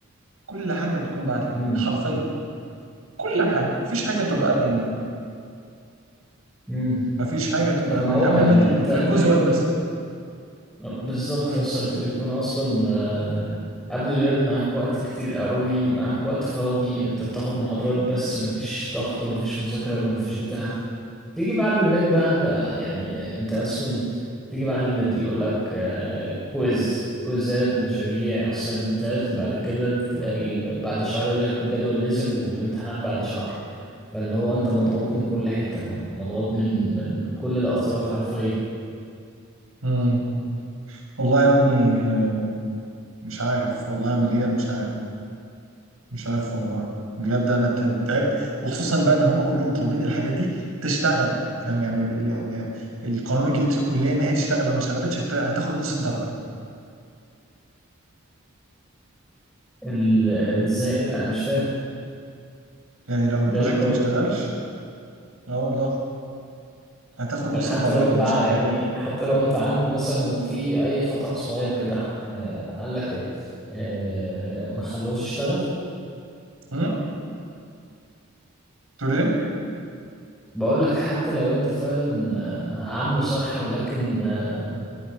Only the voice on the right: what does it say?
كل حاجه بتكون بعد الميد
حرفيا كل حاجه مفيش حاجه بتبقى قبل الميد
مفيش حاجه تبقى
قبل
قبل
المد بيكون
في
كوز
1 بس
مم.
مم. والله يا ابني آه، مش عارف والله اعمل ايه انا مش عارف مش عارف والله بجد انا ت- تعبت وخصوصا بقى ان هم كلهم طالبين الحاجات دي تشتغل فاهم يعني ال ال القانون الجديد في الكليه ان هي تشتغل لو ما اشتغلتش هت- هتاخد نص الدرجه
يعني لو البروجكت
ما اشتغلش
اه والله هتاخد نص
الدرجه
لو مش
اشتغل
امم تقول ايه؟